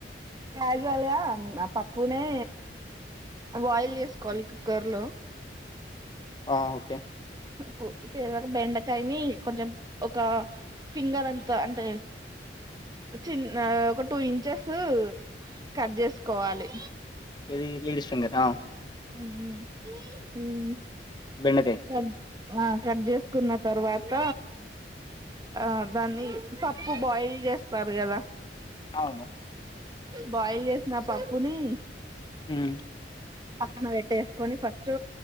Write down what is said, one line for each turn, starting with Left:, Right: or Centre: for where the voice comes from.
Right: క్యాజ్వల్గా అమ్ ఆ పప్పునే బాయిల్ చేసుకోవాలి కుక్కర్లో
Left: ఆ ఓకే
Right: పు <unintelligible> బెండకాయని కొంచెం ఒక ఫింగర్ అంతా అంటే చిన్నా ఒక టూ ఇంచెస్ కట్ చేసుకోవాలి
Left: ఏది లేడీస్ ఫింగర్ని ఆ
Right: ఉమ్ మ్ ఉమ్
Left: బెండకాయ్
Right: కట్ ఆ కట్ చేసుకున్న తర్వాత ఆ దాన్ని పప్పు బాయిల్ చేస్తారు కదా
Left: అవును
Right: బాయిల్ చేసిన పప్పుని
Left: ఉమ్
Right: పక్కన పెట్టేసుకొని ఫస్ట్